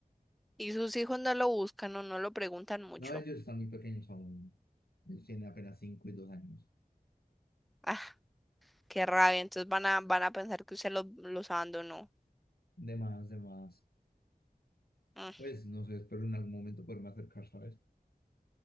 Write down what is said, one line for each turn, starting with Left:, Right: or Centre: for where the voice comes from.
Centre: Y sus hijos no lo buscan o no lo preguntan mucho.
Left: No, ellos están muy pequeños aún. Ellos tienen apenas 5 y dos años.
Centre: Ah, qué rabia. Entonces van a, van a pensar que usted los, los abandonó.
Left: De más, de más.
Centre: Mm,
Left: Pues no sé, espero en algún momento poderme acercar, ¿sabes?